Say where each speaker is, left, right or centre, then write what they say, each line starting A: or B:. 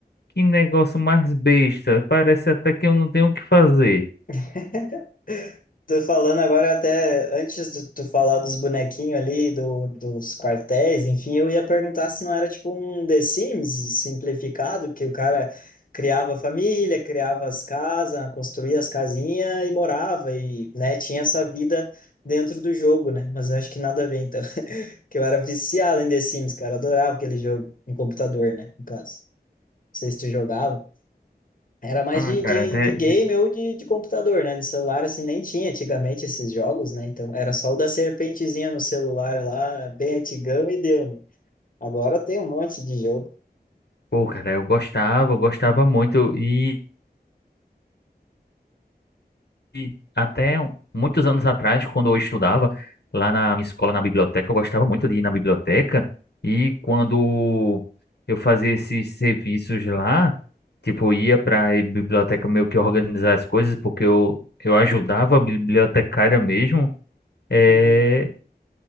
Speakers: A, on the left (about 80°); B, on the left (about 55°).
A: que negócio mais besta. Parece até que eu não tenho o que fazer.
B: <laughs> Tô falando agora até antes de tu falar dos bonequinhos ali, do, dos quartéis, enfim, eu ia perguntar se não era tipo um The Sims simplificado, que o cara criava a família, criava as casas, construía as casinhas e morava e, né, tinha essa vida dentro do jogo, né? Mas eu acho que nada a ver, então, <laughs> que eu era viciado em The Sims, cara, adorava aquele jogo em computador, né, no caso. Não sei se tu jogava. Era mais
A: Ah,
B: de, de,
A: cara, né,
B: de game
A: né.
B: ou de, de computador, né? No celular, assim, nem tinha antigamente esses jogos, né? Então, era só o da serpentezinha no celular lá, bem antigão, e deu, né? Agora tem um monte de jogo.
A: pô, cara, eu gostava, eu gostava muito e E até um- muitos anos atrás, quando eu estudava lá na minha escola, na biblioteca, eu gostava muito de ir na biblioteca. E quando eu fazia esses serviços lá, tipo, ia para a biblioteca meio que organizar as coisas, porque eu, eu ajudava a bibliotecária mesmo. eh,
B: Uhum.